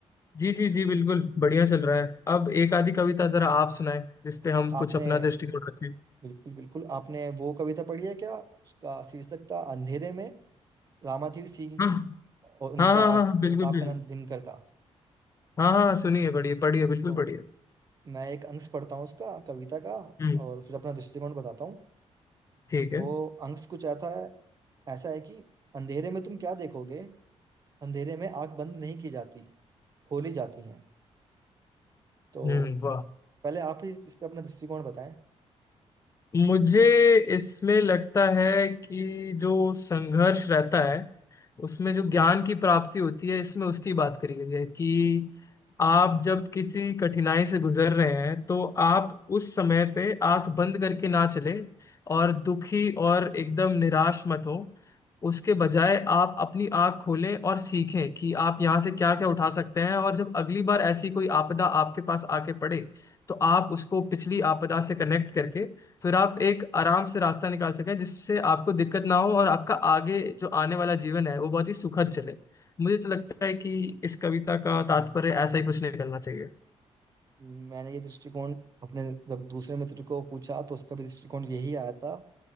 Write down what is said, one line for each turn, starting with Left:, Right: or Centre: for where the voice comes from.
Left: जी जी जी बिल्कुल बढ़िया चल रहा है अब एक आधी कविता जरा आप सुनाएं जिसपे हम कुछ
Right: आपने
Left: अपना दृष्टिकोण रखें
Right: बिल्कुल बिल्कुल आपने वो कविता पढ़ी है क्या उसका शीर्षक था अंधेरे में रामाधीर सिंह
Left: हाँ हाँ
Right: और उनका
Left: हाँ हाँ हाँ, बिल्कुल
Right: किताब
Left: बिल्कुल
Right: का नाम दिनकर था
Left: हाँ हाँ सुनिए पढ़िए पढ़िए बिल्कुल
Right: तो
Left: पढ़िए
Right: मैं एक अंश पढ़ता हूँ उसका कविता का
Left: हम्म
Right: और फिर अपना दृष्टिकोण बताता हूँ
Left: ठीक
Right: वो
Left: है
Right: अंश कुछ ऐसा है ऐसा है कि अंधेरे में तुम क्या देखोगे अंधेरे में आंख बंद नहीं की जाती खोली जाती है तो
Left: हम्म वाह
Right: पहले आप ही इस पे अपना दृष्टिकोण बताएं
Left: मुझे इसमें लगता है कि जो संघर्ष रहता है उसमें जो ज्ञान की प्राप्ति होती है इसमें उसकी बात करी गई है कि आप जब किसी कठिनाई से गुजर रहे हैं तो आप उस समय पे आंख बंद करके ना चले और दुखी और एकदम निराश मत हो उसके बजाय आप अपनी आंख खोलें और सीखें कि आप यहाँ से क्या क्या उठा सकते हैं और जब अगली बार ऐसी कोई आपदा आपके पास आके पड़े तो आप उसको पिछली आपदा से कनेक्ट करके फिर आप एक आराम से रास्ता निकाल सकें जिससे आपको दिक्कत ना हो और आपका आगे जो आने वाला जीवन है वो बहुत ही सुखद चले मुझे तो लगता है कि इस कविता का तात्पर्य ऐसा ही कुछ निकलना चाहिए
Right: मैंने ये दृष्टिकोण अपने जब दूसरे मित्र को पूछा तो उसका भी दृष्टिकोण यही आया था